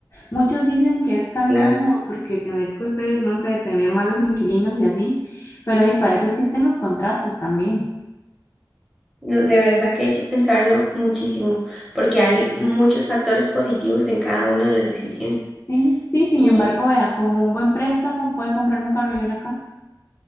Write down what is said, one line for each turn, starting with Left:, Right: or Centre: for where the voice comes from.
Left: Muchos dicen que es cansado
Centre: Claro.
Left: porque tener, pues, eh, no sé, tener malos inquilinos y así, pero y para eso existen los contratos también.
Centre: No, de verdad que hay que pensarlo muchísimo, porque
Left: Mm,
Centre: hay
Left: ¿no?
Centre: muchos factores positivos en cada una de las decisiones.
Left: Sí, sí, sin
Centre: Y
Left: embargo, vea, con un buen préstamo puede comprar un carro y una casa.